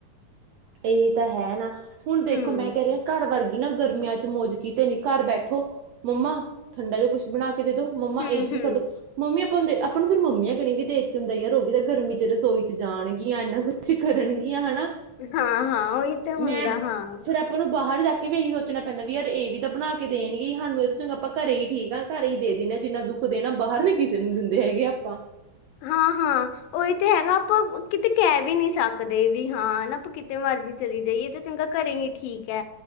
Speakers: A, on the right (about 85°); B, on the left (about 85°).
A: ਇਹੀ ਤਾਂ ਹੈ ਨਾ, ਹੁਣ ਦੇਖੋ
B: ਹੂੰ
A: ਮੈਂ ਕਹਿ ਰਹੀ ਆ ਘਰ ਵਰਗੀ ਨਾ ਗਰਮੀਆਂ'ਚ ਮੌਜ ਕੀਤੇ ਨੀ, ਘਰ ਬੈਠੋ, ਮੰਮਾ ਠੰਡਾ ਜਿਹਾ ਕੁਛ ਬਣਾ ਕੇ ਦੇ ਦੋ। ਮੰਮਾ
B: ਹੂੰ
A: ਇਹ ਚੀਜ਼
B: ਹੂੰ
A: ਕਰਦੋ ਮੰਮੀ ਆਪਾਂ ਹ, ਆਪਾਂ ਨੂੰ ਫਿਰ ਮੰਮੀਆਂ ਕਣੀ ਵੀ ਦੇਖ ਕੇ ਹੁੰਦਾ ਯਾਰ, ਉਹ ਵੀ ਤਾਂ ਗਰਮੀ'ਚ ਰਸੋਈ'ਚ ਜਾਣਗੀਆਂ, ਇਨਾ ਕੁਛ ਕਰਨਗੇ। ਕੀ ਹਨਾ।
B: ਹਾਂ-ਹਾਂ, ਉਹੀ ਤੇ ਹੁੰਦਾ
A: ਮੈਂ
B: ਹਾਂ।
A: ਫਿਰ ਆਪਾਂ ਨੂੰ ਬਾਹਰ ਜਾ ਕੇ ਵੀ ਇਹੀ ਸੋਚਣਾ ਪੈਂਦਾ ਵੀ ਯਾਰ ਇਹ ਵੀ, ਤਾਂ ਬਣਾ ਕੇ ਦੇਣਗੇ ਸਾਨੂੰ। ਇਹ ਤਾਂ ਚੰਗਾ, ਆਪਾਂ ਘਰੇ ਹੀ ਠੀਕ ਆਂ। ਘਰ ਹੀ ਦੇ ਦਿੰਦੇ ਆ, ਜਿੰਨਾ ਦੁੱਖ ਦੇਣਾ, ਬਾਹਰ ਨੀ ਕਿਸੇ ਨੂੰ ਦਿੰਦੇ ਹੈਗੇ ਆਪਾਂ।
B: ਹਾਂ-ਹਾਂ। ਉਹੀ ਤੇ ਹੈ ਨਾ, ਆਪਾਂ ਕਿਤੇ ਕਹਿ ਵੀ ਨੀ ਸਕਦੇ ਵੀ ਹਾਂ, ਆਪਾਂ ਕਿਤੇ ਮਰਜ਼ੀ ਚਲੇ ਜਾਈਏ ਤੇ। ਚੰਗਾ ਘਰੇ ਹੀ ਠੀਕ ਹੈ,